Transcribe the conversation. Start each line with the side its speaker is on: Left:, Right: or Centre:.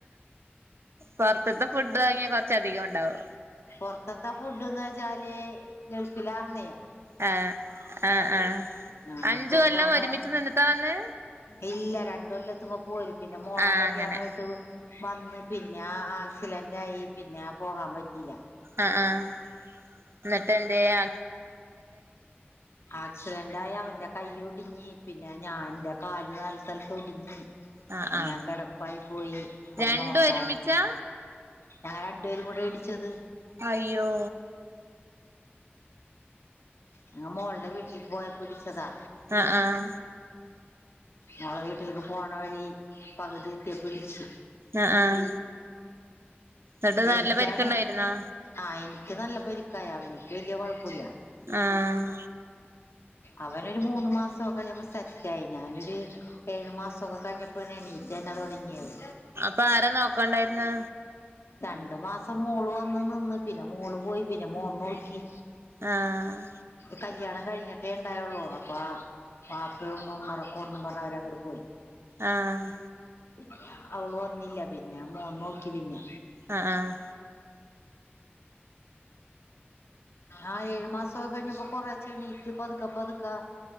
Right: പൊറത്തത്തെ ഫുഡ് വാങ്ങിയ കൊറച്ചധികം ഒണ്ടാവും
Left: പൊറത്തൊക്കെ ഫുഡ്ന്ന് വെച്ചാല് ഗൾഫിലാറുന്നെ
Right: ആഹ് ആഹ് ആഹ്
Left: ആഹ്
Right: അഞ്ചു
Left: ഇപ്പൊ
Right: കൊല്ലം
Left: ഇപ്പ മോ
Right: ഒരുമിച്ച് നിന്നിട്ടാ വന്നേ
Left: ഇല്ല രണ്ട് കൊല്ലെത്തുമ്പോ പോരും പിന്നെ മോളെ
Right: ആഹ്
Left: കല്യാണായിട്ട്
Right: അങ്ങനെ
Left: വന്ന് പിന്നെ ആക്സിലന്റായി പിന്നെ പോകാൻ പറ്റിയില്ല
Right: ആഹ് ആഹ് എന്നിട്ട് എന്തേ അ
Left: ആക്സിഡന്റ് ആയി അവന്റെ കൈ ഒടിഞ്ഞ് പിന്നെ ഞാ ന്റെ കാല് നാല് സ്ഥലത്തൊടിഞ്ഞ്
Right: ആഹ്
Left: അപ്പൊ
Right: ആഹ്
Left: ഞാൻ കെടപ്പായി പോയി അപ്പൊ
Right: രണ്ടും
Left: നോക്കാൻ
Right: ഒരുമിച്ചാ
Left: ഞങ്ങള് രണ്ടുപേരും കൂടെ ഇടിച്ചത്
Right: അയ്യോ
Left: ഞാ മോൾടെ വീട്ടിലേക്ക് പോയപ്പോ ഇടിച്ചതാ
Right: ആഹ് ആഹ്
Left: മോളെ വീട്ടിലേക്ക് പോണ വഴി പകുതി എത്തിയപ്പ ഇടിച്ചു
Right: ആഹ് ആഹ് എന്നിട്ട് നല്ല
Left: എനിക്കാണ്
Right: പരിക്ക് ഇണ്ടായിരുന്നോ
Left: ആഹ് എനിക്ക് നല്ല പരിക്ക എനിക്ക് വല്യ കൊഴപ്പല്ല
Right: ആഹ്
Left: അവനൊരു മൂന്ന് മാസവൊക്കെ കഴിഞ്ഞപ്പോ സെറ്റായി ഞാനൊരു ഏഴു മാസവൊക്കെ കഴിഞ്ഞപ്പ ഞാൻ എണീറ്റന്നെ തൊടങ്ങിയത്
Right: അപ്പൊ ആരാ നോക്കണ്ടായിരുന്ന്
Left: രണ്ടു മാസം മോള് വന്ന് നിന്ന് പിന്നെ മോള് പോയി പിന്നെ മോൻ നോക്കി
Right: ആഹ്
Left: കല്യാണം കഴിഞ്ഞോ റ്റേണ്ടായള്ളൂ അപ്പ ബാപ്പേം ഉമ്മേം ഉംറക്ക് പോവും പറഞ്ഞ് അവരങ്ങട്ട് പോയി
Right: ആഹ്
Left: പിന്നെ അവള് വന്നില്ല പിന്നെ മോൻ നോക്കി പിന്നെ
Right: അ ആഹ്
Left: ആഹ് ഏഴ് മാസോക്കെ കഴിഞ്ഞപ്പോ കൊറേച്ചെ എണീറ്റ് പതുക്കെ പതുക്കെ